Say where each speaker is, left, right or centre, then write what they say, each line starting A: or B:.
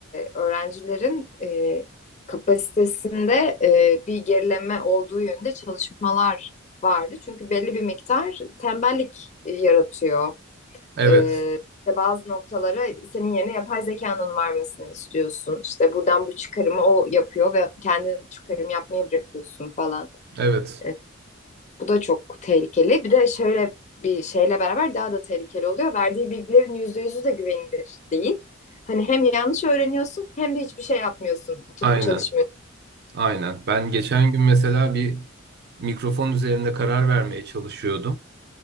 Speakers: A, on the left; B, on the right.
A: öğrencilerin e, kapasitesinde e, bir gerileme olduğu yönünde çalışmalar vardı. Çünkü belli bir miktar tembellik e, yaratıyor.
B: Evet,
A: E, işte bazı noktalara senin yerine yapay zekanın varmasını istiyorsun. İşte buradan bu çıkarımı o yapıyor ve kendin çıkarım yapmayı bırakıyorsun falan.
B: evet.
A: E, bu da çok tehlikeli. Bir de şöyle bir şeyle beraber daha da tehlikeli oluyor. Verdiği bilgilerin yüzde yüzü de güvenilir değil. Hani hem yanlış öğreniyorsun hem de hiçbir şey yapmıyorsun. Oturup
B: Aynen,
A: çalışmıyorsun.
B: aynen. Ben geçen gün mesela bir mikrofon üzerinde karar vermeye çalışıyordum.